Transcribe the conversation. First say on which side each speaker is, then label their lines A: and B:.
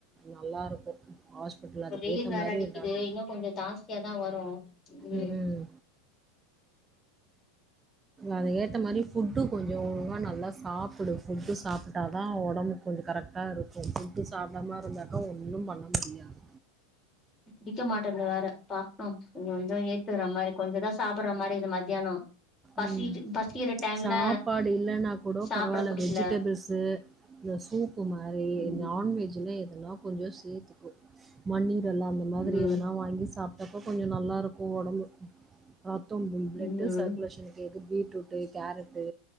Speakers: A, on the right; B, on the left.
A: நல்லா இருக்கோ ஹாஸ்பிட்டல்
B: இப்ப
A: அதுக்கு
B: வெயில்
A: ஏத்த
B: வேற
A: மாரி
B: அடிக்குது
A: டாக்
B: இன்னு கொஞ்சோ ஜாஸ்தியாதா வரு ம் உம்
A: ம் ம் அது ஏத்தா மாரி ஃபுட் கொஞ்சோ ஒழுங்கா நல்லா சாப்புடு ஃபுட்டு சாப்புட்டாதா ஒடம்பு கொஞ்சோ கரெக்டா இருக்கோ ஃபுட்டு சாப்டாம இருந்தாக்கா ஒன்னும் பண்ண முடியாது
B: புடிக்க மாட்டேன்து வேற பாக்கணு கொஞ்சோ ஏத்துகுறா மாரி கொஞ்சோ தா சாப்புட்ற மாரி இருக்குது மத்தியானோ பசிச்சு
A: உம்
B: பசிக்கிற டைம்ல
A: சாப்பாடு இல்லைன்னா கூடோ
B: சாப்ட
A: பரவால்ல
B: புடிக்கல
A: வெஜிடபிள்ஸ் இல்ல சூப்பு மாரி
B: ம்
A: நான்வெஜ்ல எ லா கொஞ்சோ சேத்துக்கோ மண்ஈரல ல்லா அந்த மாரி
B: ம்
A: எல்லா வாங்கி சாப் அப்பப்போ கொஞ்சோ நல்லா இருக்கோ ஒடம்பு ரத்தோம் உன் பிளட்
B: ம்
A: சர் <unintelligible> பீட்ரூட்டு கேரட்டு